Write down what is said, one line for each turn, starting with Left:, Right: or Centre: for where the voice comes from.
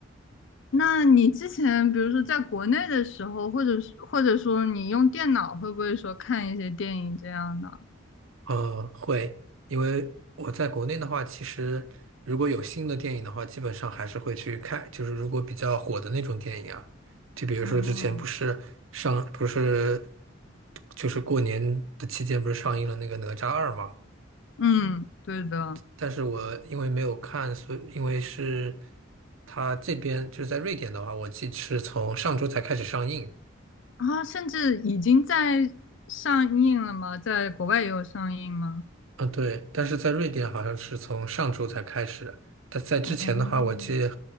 Left: 那你之前比如说在国内的时候，或者是或者说你用电脑，会不会说看一些电影这样的？
Right: 嗯，会，因为我在国内的话，其实如果有新的电影的话，基本上还是会去看。就是如果比较火的那种电影啊，就比如说之前不是上，
Left: 哦，
Right: 不是就是过年的期间不是上映了那个《哪吒二》嘛？
Left: 嗯，对的。
Right: 但是我因为没有看，所以因为是它这边就是在瑞典的话，我记是从上周才开始上映。
Left: 啊，甚至已经在上映了吗？在国外也有上映吗？
Right: 嗯，对，但是在瑞典好像是从上周才开始，但在之前的话，
Left: 哦，
Right: 我记